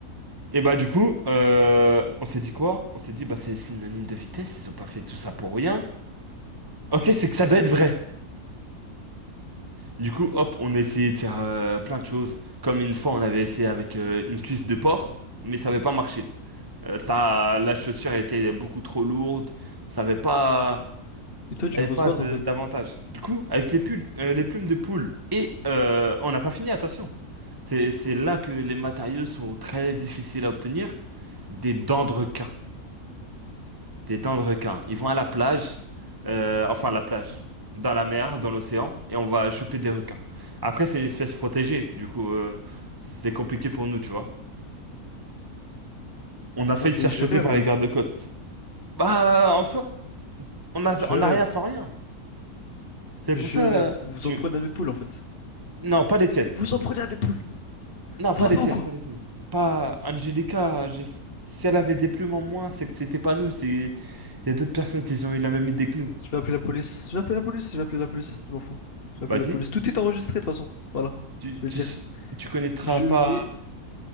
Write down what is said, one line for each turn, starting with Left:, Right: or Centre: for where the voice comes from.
Right: Et bah du coup, euh, on s'est dit quoi? On s'est dit bah c'est synonyme de vitesse. Ils ont pas fait tout ça pour rien. Ok, c'est que ça doit être vrai. Du coup, hop, on a essayé de faire euh, plein de choses. Comme une fois, on avait essayé avec euh, une cuisse de porc, mais ça n'avait pas marché. Euh, ça, la chaussure était beaucoup trop lourde. Ça n'avait pas,
Left: Et toi, tu
Right: ça avait
Left: veux qu'on
Right: pas
Left: se batte
Right: de-
Left: en fait?
Right: d'avantage. Du coup, avec les pulls, euh, les plumes de poule, et euh, on n'a pas fini, attention. C'est, c'est là que les matériaux sont très difficiles à obtenir. Des dents de requin. Des dents de requin. Ils vont à la plage, euh, enfin à la plage, dans la mer, dans l'océan, et on va choper des requins. Après, c'est une espèce protégée, du coup, euh, c'est compliqué pour nous, tu vois. On a failli
Left: Non,
Right: se
Left: mais
Right: faire
Left: je
Right: choper
Left: rêve
Right: par
Left: là.
Right: les gardes-côtes. Bah, en soi, on a,
Left: Je
Right: on
Left: rêve.
Right: a rien sans rien. C'est
Left: Je
Right: pour ça,
Left: rêve.
Right: euh,
Left: Vous vous
Right: tu...
Left: en prenez à mes poules en fait.
Right: Non, pas les tiennes.
Left: Vous vous en prenez à mes poules.
Right: Non,
Left: Ça
Right: pas
Left: va
Right: les
Left: pas
Right: tiennes,
Left: ou quoi?
Right: pas les tiennes. Pas Angelica, je- si elle avait des plumes en moins, c'est que c'était pas nous, c'est... Il y a d'autres personnes qui ont eu la même idée que nous.
Left: Je vais appeler la police. Je vais appeler la police. Je vais appeler la police. Je m'en fous. Je vais appeler
Right: Vas-y,
Left: la police. Tout est enregistré de toute façon. Voilà.
Right: tu,
Left: Je vais
Right: tu,
Left: le dire.
Right: tu connaîtras
Left: Je
Right: pas...
Left: vais.